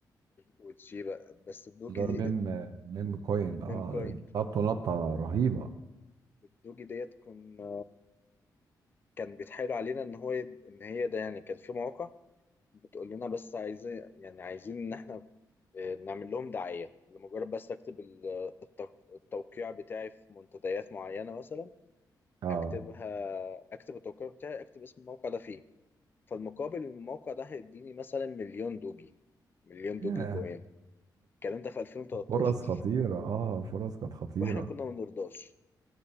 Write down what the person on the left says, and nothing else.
وتشي بقى بس الدوجي
دي
من
كاين
الدوجي ديت كنا كان بيتحايل علينا ان هو يب... ان هي ده يعني كان في مواقع بتقول لنا بس عايزين يعني عايزين ان احنا آه، نعمل لهم دعاية لمجرد بس اكتب ال- التوق... التوقيع بتاعي في منتديات معينة مثلا
اكتبها اكتب التوقيع بتاعي اكتب اسم الموقع ده فيه فالمقابل ان الموقع ده هيديني مثلا مليون دوجي مليون دوجي
كوين الكلام ده في 2013
واحنا كنا ما بنرضاش